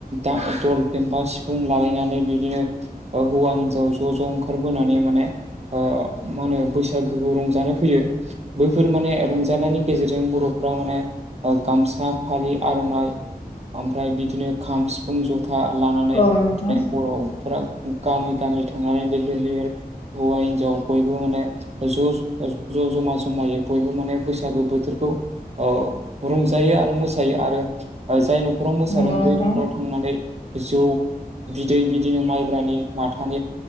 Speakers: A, on the right; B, on the left.
A: दा दल फेम्फा सिफुं लालायनानै बिदिनो ओ हौवा हिनजाव ज' ज' ओंखा ओंखारबोनानै माने ओ मा होनो बैसागोखौ रंजानो फैयो। बैफोर माने रंजानायनि गेजेरजों बर'फ्रा माने ओ गामसा फालि आर'नाइ ओमफ्राय बिदिनो खाम सिफुं ज था लानानै
B: औ नोंथां
A: बर'फ्रा गामि गामि थांनानै लैहोर लैहोर हौवा हिनजाव बयबो माने ज' ज' जमा जमायै बयबो माने बैसागो बोथोरखौ औ रंजायो आरो मोसायो आरो जाय न'खराव मोसादों
B: नंगौ नोंथां
A: बै न'खराव थांनानै जौ बिदै बिदिनो माइब्रानि माथानि